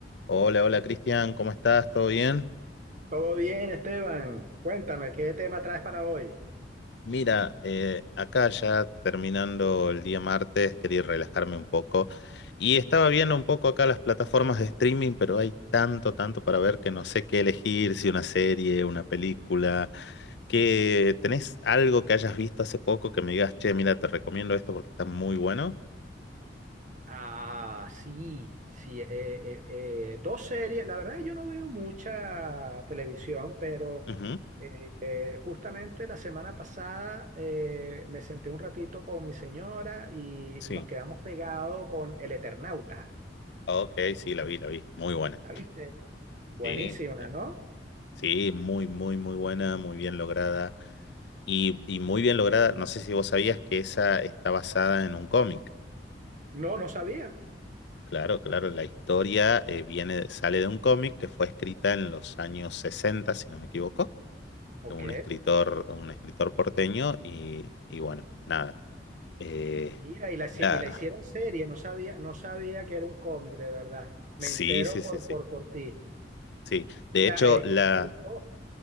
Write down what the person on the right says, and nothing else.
Todo bien, Esteban. Cuéntame, ¿qué tema traes para hoy?
Ah, sí, sí. eh, eh, eh, dos series. La verdad, yo no veo mucha televisión, pero
eh, eh, justamente la semana pasada eh, me senté un ratito con mi señora y
nos quedamos pegados con El Eternauta.
¿La viste? Buenísima,
¿no?
No, no sabía.
Ok.
Mira, y la, hici-
y la hicieron serie, no sabía, no sabía que era un cómic, de verdad. Me
entero
por,
por, por ti.
Mira,
eh,
me gustó.